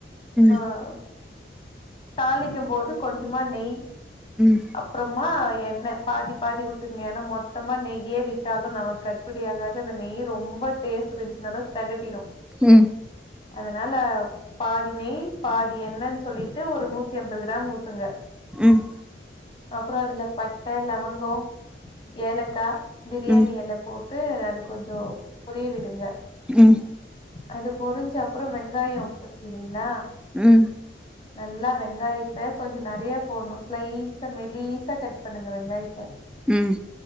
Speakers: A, in the centre; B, on the left.
A: ம்
B: அ தாளிக்கும் போது கொஞ்சமா நெய்
A: ம்
B: அப்பறமா எண்ணெ பாதி பாதி ஊத்துங்க ஏன்னா மொத்தமா நெய்யே விட்டாலு நமக்கு க ட்படி ஆகாது அந்த நெய் ரொம்ப டேஸ்ட் இருந்துச்சுனாலு தெகட்டிடு
A: ம்
B: அதனால பாதி நெய் பாதி எண்ணென் சொல்லிட்டு ஒரு நூத்தி அம்பது கிராம் ஊத்துங்க
A: ம்
B: அப்றோ அதுல பட்ட லவங்கோ ஏலக்கா பிரியாணி
A: ம்
B: எல போட்டு அது கொஞ்சோ பொரிய விடுங்க
A: ம்
B: அது பொரிஞ்ச அப்றோ வெங்காயோ <unintelligible> ங்ளா
A: ம்
B: நல்லா வெங்காயத்த கொஞ்சோ நெறைய போட்ணு ஸ்லைஸா மெலிசா கட் பண்ணுங்க வெங்காயத்த
A: ம்